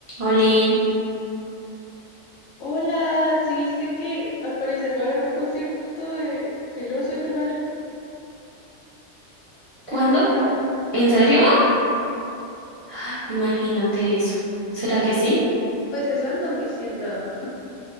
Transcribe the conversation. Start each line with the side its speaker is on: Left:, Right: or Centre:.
Right: Oli,
Left: Hola, ¿sí viste que al parecer va a haber un concierto de Taylor Swift el año
Right: ¿cuándo?
Left: que viene acá?
Right: ¿En serio? ¡Ah! Imagínate eso. ¿Será que sí?
Left: Pues eso andan diciendo.